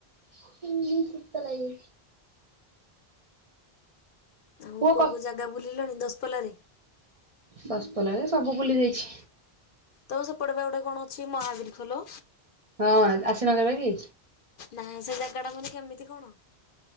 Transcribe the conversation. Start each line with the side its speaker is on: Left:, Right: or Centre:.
Right: ହୁଁ ସୀତ ଲାଗେ
Left: ଆଉ
Right: ପୁଅ
Left: କଉ
Right: କ
Left: କଉ ଜାଗା ବୁଲିଲଣି ଦଶପଲାରେ?
Right: ଦଶପଲାରେ ସବୁ ବୁଲି ଦେଇଚି।
Left: ତମ ସେପଟେ ଗୋଟେ କଣ ଅଛି ମହାବୀର ଖୋଲ
Right: ହଁ ଆସିନ କେବେ କି।
Left: ନା ସେ ଜାଗାଟା ମାନେ କେମିତି କଣ।